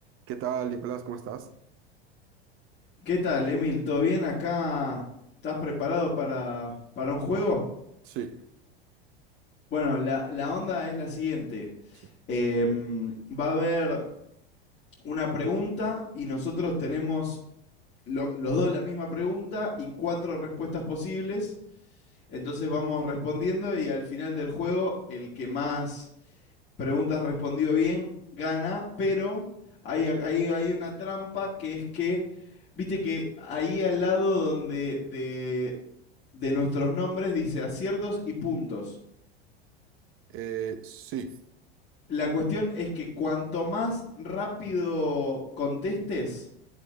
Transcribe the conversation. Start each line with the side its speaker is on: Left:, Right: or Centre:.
Right: ¿Qué tal, Nicolás? ¿Cómo estás?
Left: ¿Qué tal, Emil? ¿Todo bien acá? ¿Estás preparado para, para un juego?
Right: Sí,
Left: Bueno, la, la onda es la siguiente.
Right: sí.
Left: Em, va a haber una pregunta y nosotros tenemos lo- los dos la misma pregunta y cuatro respuestas posibles. Entonces vamos respondiendo y al final del juego el que más preguntas respondido bien, gana, pero hay, hay, hay una trampa que es que, viste que ahí al lado donde de, de nuestros nombres dice aciertos y puntos.
Right: Eh, sí.
Left: La cuestión es que cuanto más rápido contestes,